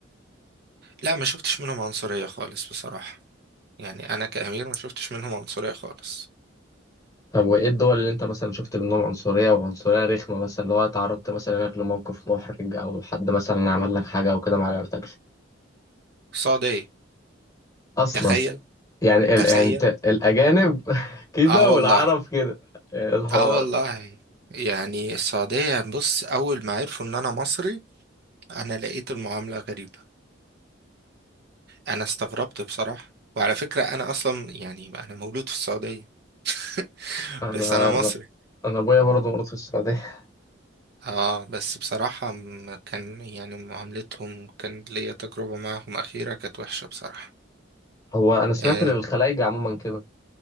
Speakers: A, on the right; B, on the left.
A: لا ما شفتش منهم عنصرية خالص بصراحة يعني انا كأمير ما شفتش منهم عنصرية خالص
B: طب وايه الدول اللي انت مثلا شفت منهم عنصرية وعنصرية رخمة مثلا لو اتعرضت مثلا انك لموقف محرج او حد مثلا عمل لك حاجة او كده ما عجبتكش
A: السعودية
B: اصلا
A: تخيل
B: يعني
A: تخيل
B: ال... يعني انت الاجانب <laughs> كده
A: اه والله
B: والعرب كده يا نهار
A: اه والله يعني السعودية بص اول ما عرفوا ان انا مصري انا لقيت المعاملة غريبة انا استغربت بصراحة وعلى فكرة انا اصلا يعني انا مولود في السعودية <laughs>
B: انا
A: بس انا مصري
B: انا أنا ابويا برضه مولود في السعودية
A: اه بس بصراحة م- كان يعني معاملتهم كان ليا تجربة معهم أخيرة كانت وحشة بصراحة
B: <laughs> هو انا سمعت
A: آه.
B: ان الخلايجة عموما كده